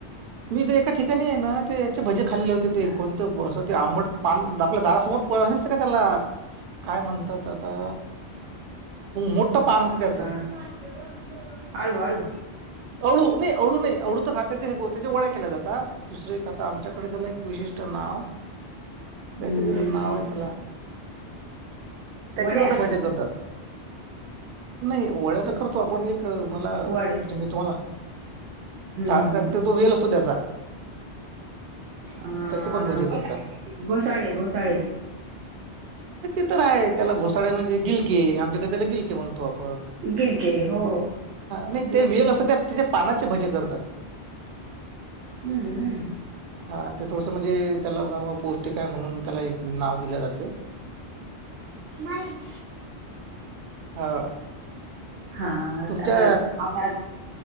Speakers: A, on the right; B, on the right.
A: मी तर एका ठिकाणी आहे ना ते याचे भजे खाल्ले होते
B: हा.
A: ते कोण आंबट पान आपल्या दारासमोर. पळसत का त्याला काय म्हणतात आता. मोठं पान असते त्याचं.
B: <unintelligible> आळू आळू.
A: अळू नाही अळू नाही अळू तर खात. त्या ळ्या केल्या जातात दुसरे एक आता आमच्याकडे त्याला एक विशिष्ट नाव
B: हम्म
A: कायतरी नावयतल. त्याचे
B: वड्या
A: सुद्धा भजन करतात. नाही ओळ्या तर करतो आपण एक मला
B: वड
A: म्हणजे मी तुम्हाला.
B: हम्म
A: झाळ
B: हम्म हम्म
A: तो वेल असतो त्याचा.
B: अ
A: त्याचे पण भजे करतात.
B: घोसाळे घोसाळे
A: ते तर आहे त्याला घोसाळे म्हणजे गिलके आमच्याक त्याला गिलके म्हणतो आप.
B: गिलके हो
A: नाही
B: व.
A: ते वेल असतात त्या त्याच्या पानाचे भजे करतात.
B: हम्मम्म.
A: हा ते थोडसं म्हणजे त्याला पौष्टिक आहे म्हणून त्याला एक नाव दिले जाते.
B: मायन.
A: हा
B: हा
A: तुमच्या
B: आता आता